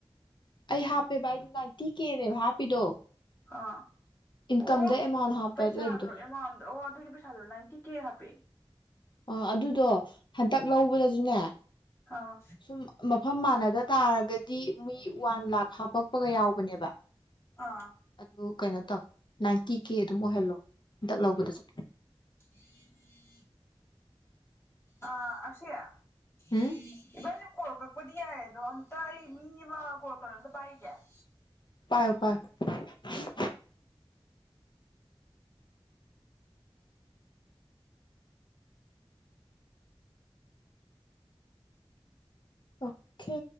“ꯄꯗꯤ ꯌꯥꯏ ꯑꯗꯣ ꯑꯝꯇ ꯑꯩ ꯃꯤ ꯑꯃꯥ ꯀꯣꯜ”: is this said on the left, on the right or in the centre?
Left